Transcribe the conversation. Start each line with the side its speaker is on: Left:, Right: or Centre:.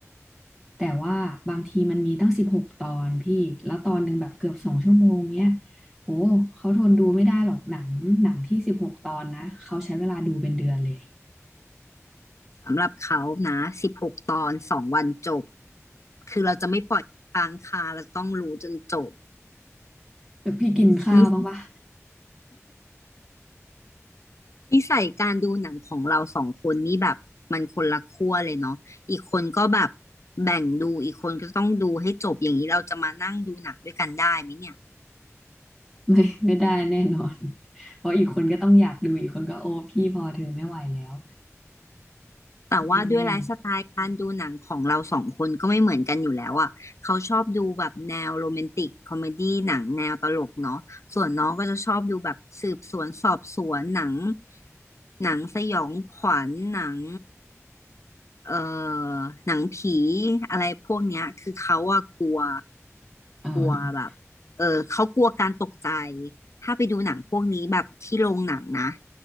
Centre: แต่ว่าบางทีมันมีตั้งสิบหกตอนพี่แล้วตอนหนึ่งแบบเกือบสองชั่วโมงเนี้ย โอ้ เขาทนดูไม่ได้หรอกหนังหนังที่สิบหกตอนนะเขาใช้เวลาดูเป็นเดือนเลย
Left: สำหรับเขานะสิบหกตอนสองวันจบคือเราจะไม่ปล่อยค้างคาเราต้องรู้จนจบ
Centre: แบบพี่กินข้าวบ้างปะ
Left: นินิสัยการดูหนังของเราสองคนนี่แบบมันคนละขั้วเลยเนาะอีกคนก็แบบแบ่งดูอีกคนก็ต้องดูให้จบอย่างนี้เราจะมานั่งดูหนังด้วยกันได้ไหมเนี่ย
Centre: <laughs> ไม่ไม่ได้แน่นอน <laughs> เพราะอีกคนก็ต้องอยากดูอีกคนก็โอ้พี่พอเธอไม่ไหวแล้ว
Left: แต่ว่าด้วยไลฟ์สไตล์การดูหนังของเราสองคนก็ไม่เหมือนกันอยู่แล้วอ่ะเขาชอบดูแบบแนวโรแมนติกคอมเมดี้หนังแนวตลกเนาะส่วนน้องก็จะชอบดูแบบสืบสวนสอบสวนหนัง
Centre: แน่แน่
Left: หนังสยองขวัญหนัง เอ่อหนังผีอะไรพวกเนี้ยคือเขาอะกลัว
Centre: เออ
Left: กลัวแบบเออเขากลัวการตกใจถ้าไปดูหนังพวกนี้แบบที่โรงหนังนะ